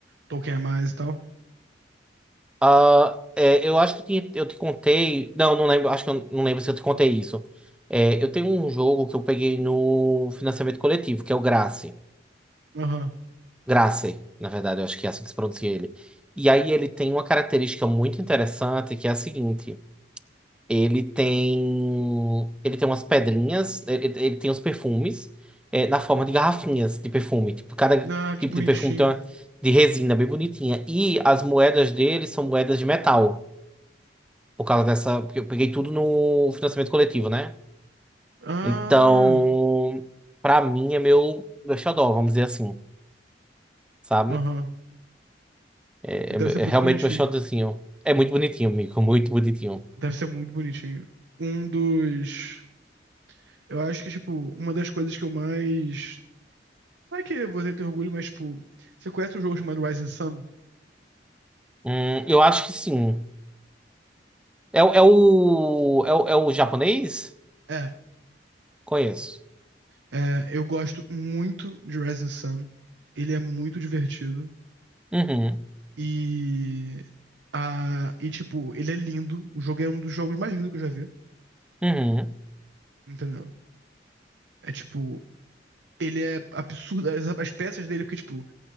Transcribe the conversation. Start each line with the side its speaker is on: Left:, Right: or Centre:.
Right: token a mais e tal?
Centre: Ah, é, eu acho que eu te, eu te contei. Não, não lembro. Acho que eu não lembro se eu te contei isso. É, eu tenho um jogo que eu peguei no financiamento coletivo, que é o Grace.
Right: Aham.
Centre: Gracie, na verdade, eu acho que é assim que se pronuncia ele. E aí ele tem uma característica muito interessante que é a seguinte: ele tem ele tem umas pedrinhas, ele, ele tem os perfumes é, na forma de garrafinhas de perfume. Tipo, cada
Right: Ah, que
Centre: tipo
Right: bonitinho.
Centre: de perfume tem uma de resina bem bonitinha. E as moedas dele são moedas de metal, por causa dessa. Porque eu peguei tudo no financiamento coletivo, né?
Right: Ah,
Centre: Então, pra mim é meu, meu xodó, vamos dizer assim, sabe?
Right: aham.
Centre: É,
Right: Que deve
Centre: é-
Right: ser muito
Centre: é realmente
Right: bonitinho.
Centre: meu xodózinho. É muito bonitinho, amigo, muito bonitinho.
Right: Deve ser muito bonitinho. Um dos. Eu acho que, tipo, uma das coisas que eu mais Não é que você tem orgulho, mas, tipo, você conhece um jogo chamado Rising Sun?
Centre: Hum, eu acho que sim. É, o- é o é o, é o japonês?
Right: É.
Centre: Conheço.
Right: É, eu gosto muito de Rising Sun. Ele é muito divertido.
Centre: Uhum,
Right: E. A, e, tipo, ele é lindo. O jogo é um dos jogos mais lindos que eu já vi.
Centre: uhum.
Right: Entendeu? É tipo. Ele é absurdo. As, as peças dele, porque, tipo,